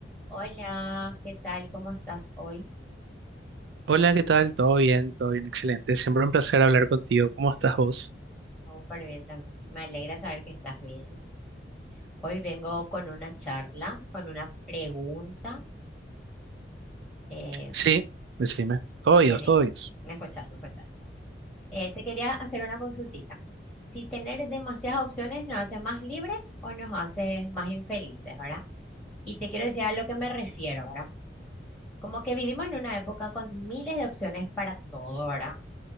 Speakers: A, in the centre; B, on the right (about 75°).
A: Hola, ¿qué tal? ¿Cómo estás hoy?
B: Hola, ¿qué tal? ¿Todo bien? ¿Todo bien? Excelente. Siempre un placer hablar contigo. ¿Cómo estás vos?
A: Súper bien también. Me alegra saber que estás bien. Hoy vengo con una charla, con una pregunta. eh,
B: Sí, decime. Todo ellos,
A: te de-
B: todo ellos.
A: ¿Me escuchás? ¿Me escuchás? Eh, te quería hacer una consultita. Si tener demasiadas opciones nos hace más libres o nos hace más infelices, ¿verdad? Y te quiero decir a lo que me refiero, ¿verdad? Como que vivimos en una época con miles de opciones para todo, ¿verdad?